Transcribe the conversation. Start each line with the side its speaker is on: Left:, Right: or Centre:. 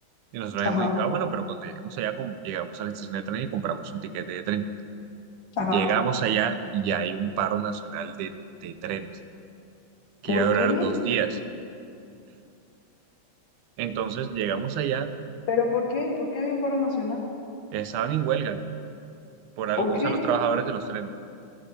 Right: Y nosotros habíamos
Left: ajá,
Right: dicho, ah, bueno, pero cuando lleguemos allá, com- llegamos a la estación de tren y compramos un tiquete de tren.
Left: ajá.
Right: Llegamos allá y ya hay un paro nacional de, de trenes que
Left: ¿Por
Right: iba a durar
Left: qué?
Right: dos días. Entonces llegamos allá,
Left: ¿Pero por qué? ¿Por qué había un paro nacional?
Right: estaban en huelga por algo,
Left: ¿Por qué?
Right: o sea, los trabajadores de los trenes.